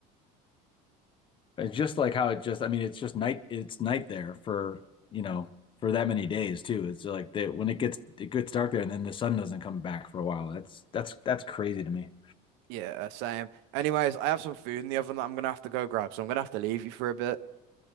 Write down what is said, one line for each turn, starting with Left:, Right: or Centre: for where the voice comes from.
Left: It's just like how it just, I mean, it's just night, it's night there for, you know, for that many days too. It's like that when it gets it gets dark there and then the sun doesn't come back for a while. That's that's that's crazy to me.
Right: Yeah, same. Anyways, I have some food in the oven that I'm gonna have to go grab, so I'm gonna have to leave you for a bit.